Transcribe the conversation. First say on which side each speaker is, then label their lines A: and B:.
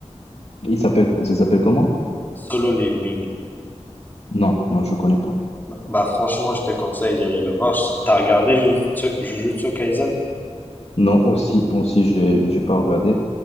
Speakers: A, on the left; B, on the left.
A: Il s'appelle, ça s'appelle comment?
B: Solo Leveling.
A: Non, non, je connais pas.
B: Bah franchement, je te conseille d'aller le voir. Je- T'as regardé Jujutsu Jujutsu Kaisen?
A: Non, aussi, aussi, j'ai, j'ai pas regardé.